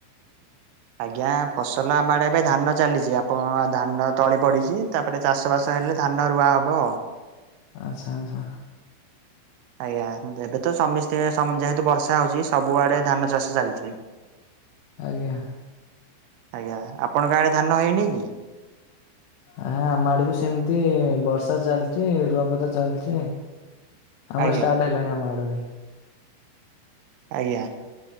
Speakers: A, on the right (about 80°); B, on the left (about 85°).
A: ଆଜ୍ଞା ଫସଲ ଆମ ଆଡେ ଏବେ ଧାନ ଚାଲିଚି। ଆପଣ ଧାନ ତଳି ପଡିଛି ତା। ତାପରେ ଚାଷ ବାସ ହେଲେ। ଧାନ ରୁଆ ହବ।
B: ଆଚ୍ଛା ଆଚ୍ଛା।
A: ଆଜ୍ଞା, ଏବେ ତ ସମୀସ୍ତେ ସମ ଯେହେତୁ ବର୍ଷା ହଉଛି ସବୁଆଡେ ଧାନ ଚାଷ ଚାଲିଛି। <unintelligible>
B: ଆଜ୍ଞା।
A: ଆଜ୍ଞା, ଆପଣଙ୍କ ଆଡେ ଧାନ ହେଇନି କି?
B: ଆ ଆମ ଆଡେ ବି ସେମ୍ ତି ବର୍ଷା ଚାଲିଛି। ରୁଆପୋତା ଚାଲିଛି। ଆମର
A: ଆଜ୍ଞା
B: ଷ୍ଟାର୍ଟ ହେଲାଣି ଆମ ଆଡେ ଭାଇ।
A: ଆଜ୍ଞା।